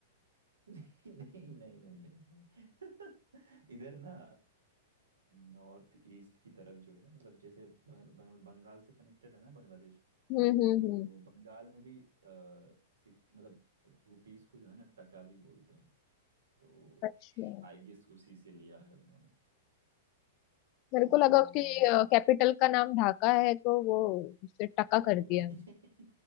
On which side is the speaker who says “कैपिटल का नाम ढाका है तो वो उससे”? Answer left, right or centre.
Left